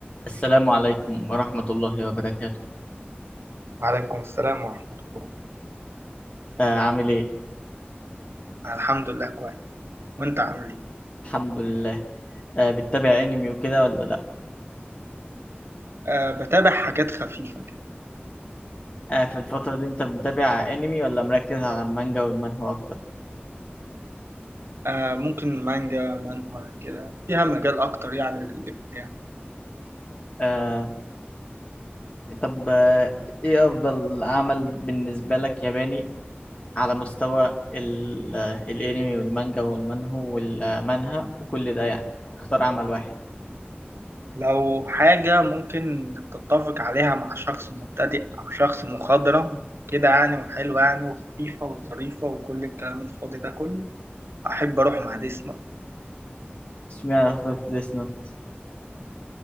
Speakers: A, on the left (about 30°); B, on the right (about 80°).
A: السلام عليكم ورحمة الله وبركاته
B: وعليكم السلام ورحمة الله
A: آه عامل ايه؟
B: أنا الحمد لله كويس وأنت عامل إيه؟
A: الحمد لله آه بتتابع انمي وكده ولا لا؟
B: أه بتابع حاجات خفيفة كده
A: آه في الفترة دي انت متابع انمي ولا مركز على المانجا والمانهوا اكتر؟
B: أه ممكن مانجا منهوا كده فيها مجال أكتر يعني للإبداع
A: آه طب آه ايه افضل عمل بالنسبة لك ياباني على مستوى ال- آه، الانمي والمانجا والمانهو والمانهوا وكل ده يعني اختار عمل واحد
B: لو حاجة ممكن تتفق عليها مع شخص مبتدئ أو شخص مخضرم كده يعني وحلوة يعني وخفيفة وظريفة وكل الكلام الفاضي ده كله أحب أروح مع دي سنوب
A: اشمعنى اخترت ديس نوت؟